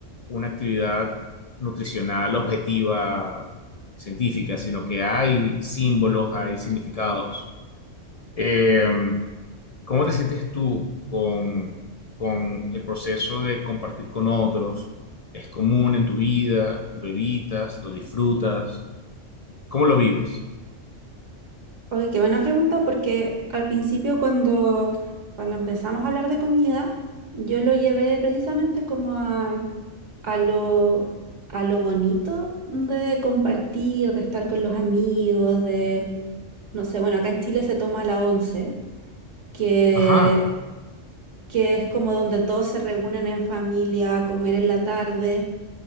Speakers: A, on the left; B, on the right.
A: una actividad nutricional objetiva, científica, sino que hay símbolos, hay significados. Eh, ¿cómo te sientes tú con, con el proceso de compartir con otros? ¿Es común en tu vida? ¿Lo evitas? ¿Lo disfrutas? ¿Cómo lo vives?
B: Oye, qué buena pregunta, porque al principio cuando, cuando empezamos a hablar de comida, yo lo llevé precisamente como a, a lo, a lo bonito de compartir, de estar con los amigos, de, no sé, bueno, acá en Chile se toma la once, que,
A: Ajá,
B: que es como donde todos se reúnen en familia a comer en la tarde.